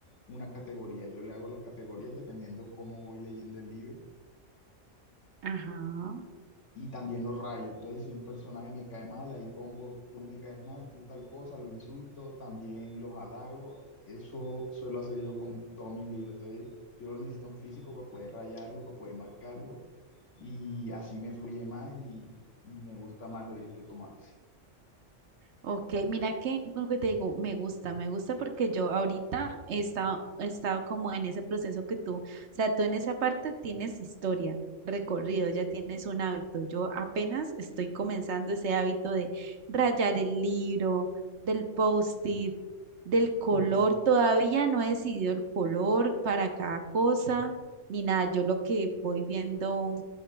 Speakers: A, on the left (about 70°); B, on the right (about 65°).
A: una categoría, yo le hago las categorías dependiendo cómo voy leyendo el libro,
B: Ajá.
A: y también los rayos. Entonces, si un personaje me cae mal, ahí pongo, tú me caes mal, tú tal cosa, lo insulto, también los halago. Eso suelo hacer yo con todos mis libros. Entonces, yo necesito un físico para poder rayarlo, para poder marcarlo y así me fluye más y, y me gusta más, lo disfruto más.
B: Ok, mira que lo que te digo, me gusta, me gusta porque yo ahorita he estado, he estado como en ese proceso que tú, o sea, tú en esa parte tienes historia, recorrido, ya tienes un hábito. Yo apenas estoy comenzando ese hábito de rayar el libro, del post-it, del
A: <laughs>
B: color. Todavía no he decidido el color para cada cosa, ni nada. Yo lo que voy viendo.